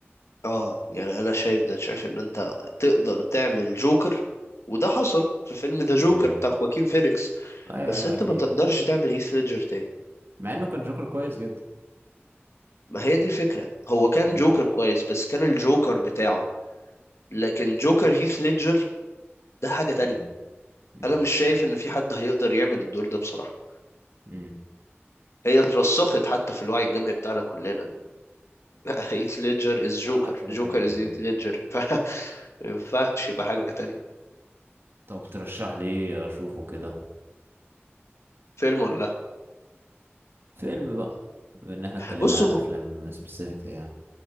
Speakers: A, on the left; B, on the right.
A: اه يعني انا شايف ده شايف ان انت تقدر تعمل جوكر وده حصل في فيلم ذا جوكر
B: امم
A: بتاع خواكين فينيكس
B: أيوة
A: بس
B: أيوة
A: انت
B: أكيد
A: ما تقدرش تعمل هيث ليدجر تاني
B: مع إنه كان جوكر كويس جدا
A: ما هي دي الفكرة هو كان
B: امم
A: جوكر كويس بس كان الجوكر بتاعه لكن جوكر هيث ليدجر ده حاجة تانية
B: امم امم
A: انا مش شايف ان في حد هيقدر يعمل الدور ده بصراحة
B: امم
A: هي اترسخت حتى في الوعي الجمعي بتاعنا كلنا لا هيت ليدجر از جوكر
B: اه لا كده
A: جوكر
B: كده
A: از هيت ليدجر <laughs> ما ينفعش يبقى حاجة تانية
B: طب ترشح لي إيه أشوفه كده
A: فيلم ولا لا
B: فيلم بقى بما ان احنا اتكلمنا
A: بص
B: عن
A: هو-
B: الافلام سبيسيفيكلي يعني